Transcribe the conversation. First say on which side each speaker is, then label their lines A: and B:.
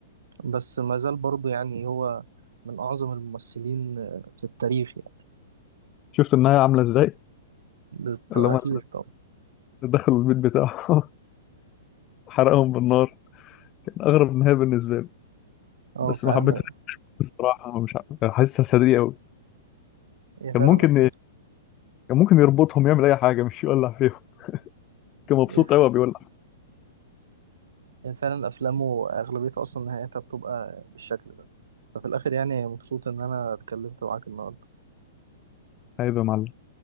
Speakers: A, on the right; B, on the left.
A: بس ما زال برضو يعني هو من أعظم الممثلين آه، في التاريخ يعني
B: شفت النهايه عامله ازاي
A: بت- أكيد
B: اللي هم
A: طبعا
B: دخلوا البيت بتاعه <laughs> حرقهم بالنار كان اغرب نهايه بالنسبه لي
A: اه
B: بس
A: فعلا
B: ما حبيتهاش
A: هي
B: بصراحه مش ع- حاسسها سريع قوي
A: هي
B: كان
A: فعلا
B: ممكن
A: أفلام
B: كان ممكن يربطهم يعمل اي حاجه مش يولع فيهم كان مبسوط
A: هي
B: قوي بيولع
A: هي فعلا أفلامه أغلبيتها أصلا نهايتها بتبقى بالشكل ده ففي الآخر يعني مبسوط إن أنا اتكلمت معاك النهاردة
B: عيب يا معلم